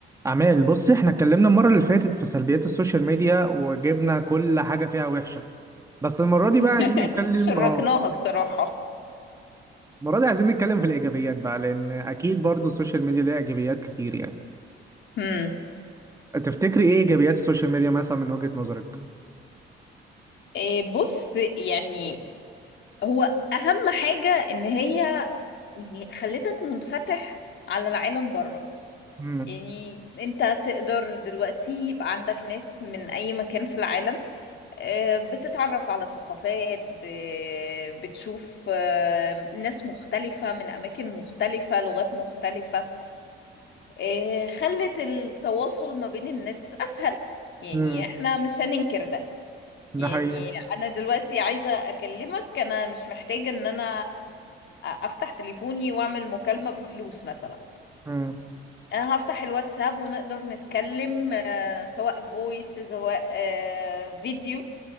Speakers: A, on the right (about 15°); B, on the left (about 65°).
A: أعمال بص احنا اتكلمنا المرة اللي فاتت في سلبيات السوشيال ميديا وجبنا كل حاجة فيها وحشة بس المرة دي
B: <laughs>
A: بقى عايزين نتكلم
B: شركناها
A: اه
B: الصراحة
A: المرة دي عايزين نتكلم في الإيجابيات بقى لأن أكيد برضو السوشيال ميديا ليها إيجابيات كتير يعني
B: امم
A: تفتكري إيه إيجابيات السوشيال ميديا مثلا من وجهة نظرك؟
B: إيه بص يعني هو أهم حاجة إن هي يعني خلتك منفتح على العالم بره
A: امم
B: يعني أنت تقدر دلوقتي يبقى عندك ناس من أي مكان في العالم آه، بتتعرف على ثقافات ب- بتشوف آه، ناس مختلفة من أماكن مختلفة لغات مختلفة آه، خلت التواصل ما بين الناس أسهل يعني
A: امم
B: احنا مش هننكر ده
A: ده
B: يعني
A: حقيقي
B: انا دلوقتي عايزة اكلمك انا مش محتاجة ان انا افتح تليفوني واعمل مكالمة بفلوس مثلا
A: امم
B: انا هفتح الواتساب ونقدر نتكلم آه، سواء فويس سواء آه، فيديو